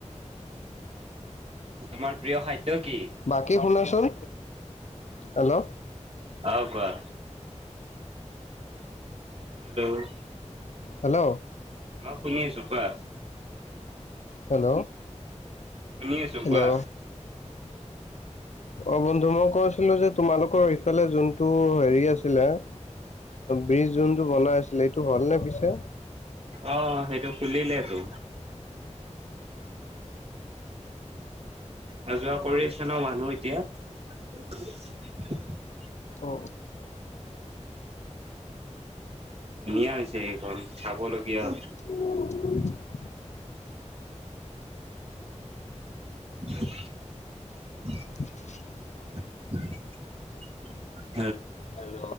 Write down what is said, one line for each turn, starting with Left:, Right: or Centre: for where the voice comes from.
Right: তোমাৰ প্ৰিয় খাদ্য কি?
Left: বাকী শুনাচোন হেল্ল'
Right: অ কোৱা। হেল্ল'।
Left: হেল্ল'।
Right: অ শুনি আছো কোৱা।
Left: হেল্ল'।
Right: শুনি আছো
Left: হেল্ল'
Right: কোৱা।
Left: অ বন্ধু মই কৈছিলো যে তোমালোকৰ ইফালে যোনটো হেৰি আছিলে অ ব্রীজ যোনটো বনাই আছিলে এইটো হ'লনে পিছে
Right: অ সেইটো খুলিলে তো অহা যোৱা কৰি আছে ন মানুহ এতিয়া
Left: অ
Right: ধুনীয়া হৈছে এইখন চাবলগীয়া
Left: <inaudible>
Right: <unintelligible>
Left: <unintelligible>
Right: <unintelligible>
Left: হেল্ল